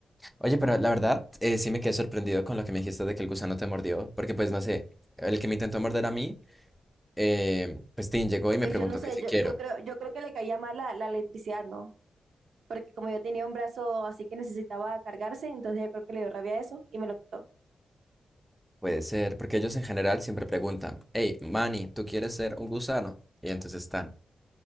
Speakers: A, in the centre; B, on the right.
A: Oye, pero la verdad, eh, sí me quedé sorprendido con lo que me dijiste de que el gusano te mordió. Porque, pues, no sé, el que me intentó morder a mí. eh, pues Tim llegó y me
B: Pues
A: preguntó
B: yo no sé,
A: que si
B: yo,
A: quiero.
B: yo creo, yo creo que le caía mal la, la electricidad, ¿no? Porque como yo tenía un brazo así que necesitaba cargarse, entonces yo creo que le dio rabia a eso y me lo quitó.
A: Puede ser, porque ellos en general siempre preguntan, hey, Manny, ¿tú quieres ser un gusano? Y entonces están,